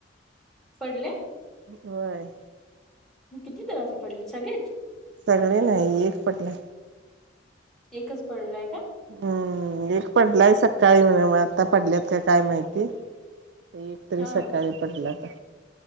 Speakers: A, in the centre; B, on the right (about 65°).
A: पडले
B: होय
A: किती जणांचे पडले सगळेच.
B: सगळे नाही एक पडलाय.
A: एकच पडलाय का?
B: हो, एक पडलाय सकाळी मग आता पडल्यात का काय माहिती. ते एक तरी
A: हा
B: सकाळी पडला आता.